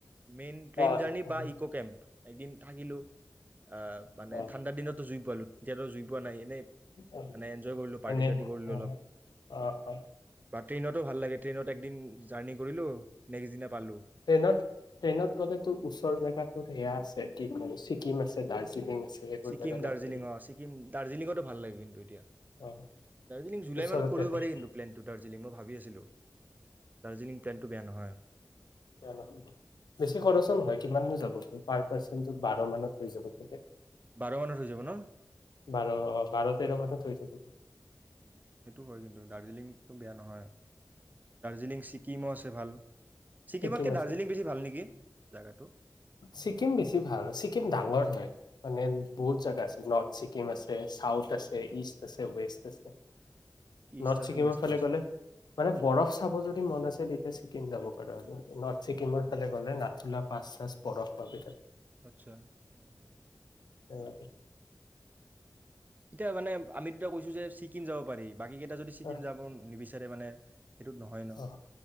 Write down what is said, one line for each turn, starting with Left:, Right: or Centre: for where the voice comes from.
Right: মেইন ট্ৰেইন
Left: অ',
Right: জাৰ্ণি
Left: সেইটো
Right: বা ইকো কেম্প এদিন থাকিলো অ মানে
Left: অ',
Right: ঠাণ্ডা দিনতো জুই পালো এতিয়াাতো জুই পোৱা নাই এনে
Left: অ',
Right: মে এনজয় কৰিলো পাৰ্টি
Left: এনে
Right: চাৰ্টি কৰিলো
Left: অ',
Right: অলপ
Left: অ', অ',
Right: বা ট্ৰেইনতো ভাল লাগে ট্ৰেইনত একদিন জাৰ্ণি কৰিলো নেক্সট দিনা পালোঁ
Left: ট্ৰেইনত ট্ৰেইনত গ'লে তোৰ ওচৰ জেগাত সেয়া আছে কি কো ছিকিম আছে দাৰ্জিলিং আছে সেইবোৰ
Right: ছিকিম
Left: জেগা
Right: দাৰ্জিলিং
Left: যাব পাৰি
Right: অ ছিকিম দাৰ্জিলিঙতো ভাল লাগে কিন্তু এতিয়া
Left: অ',
Right: দাৰ্জিলিং জুলাই
Left: ওচৰতে
Right: মানত কৰিব
Left: হয়
Right: পাৰি কিন্তু প্লেনটো দাৰ্জিলিং মই ভাবি আছিলোঁ দাৰ্জিলিং প্লেনটো বেয়া নহয়
Left: বেয়া নহয় বেছি খৰচো নহয় কিমাননো যাব পাৰ পাৰ্চেনটো বাৰ মমানত হৈ যাব লাগে
Right: বাৰ মানত হৈ যাব ন
Left: বাৰ অ বাৰ তেৰ মথাতৈ য
Right: উ সেইটো হয় কিন্তু দাৰ্জিলিংটো বেয়া নহয় দাৰ্জিলিং ছিকিমো আছে ভাল ছিকিমতকে
Left: ছিকিম আছে
Right: দাৰ্জিলিং বেছি ভাল নেকি জেগাটো
Left: ছিকিম বেছি ভাল ছিকিম ডাঙৰ হয় মান বহুত জাগা আছে নৰ্থ ছিক্কিম আছে সউথ আছে ইঈষ্ট আছে ৱেষ্ট আছে
Right: ইষ্ট
Left: নৰ্থ
Right: আছে
Left: ছিকিমৰ
Right: ৱেষ্টো
Left: ফালে
Right: আছে
Left: গ'লে মানে বৰফ চাব যদি মন আছে এতি চ ছিকিম যাব পাৰো আৰু নৰ্থ ছিক্িমৰ ফালে গ'লে নাথুলা পাঁচ চাঁচ পৰস পাব তাত
Right: আচ্ছা উম
Left: অকে
Right: এতিয়া মানে আমি দুটা কৈছো যে ছিকিম যাব পাৰি বাকীকেইটা যদি ছিকিম
Left: অ
Right: যাব নিবিচাৰে মানে উ সেইটোত নহয় ন
Left: অ